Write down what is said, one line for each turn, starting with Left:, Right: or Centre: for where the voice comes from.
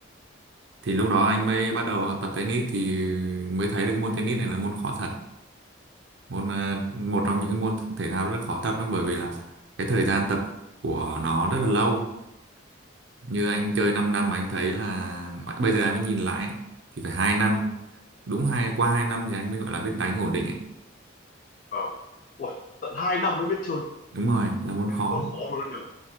Right: thì lúc đó anh mới bắt đầu tập tennis thì mới thấy là cái môn tennis này là môn khó thật môn ờ, một trong những môn thể thao rất là khó tập đó bởi vì là cái thời gian tập của nó rất là lâu như anh chơi 5 năm mà anh thấy là bây giờ anh mới nhìn lại ấy, thì phải hai năm đúng hai qua hai năm thì anh mới gọi là biết đánh ổn định ấy.
Left: vâng ui tận 2 năm mới biết chơi
Right: đúng rồi là môn khó
Left: Ôi,
Right: đấy.
Left: khó luôn đó nhỉ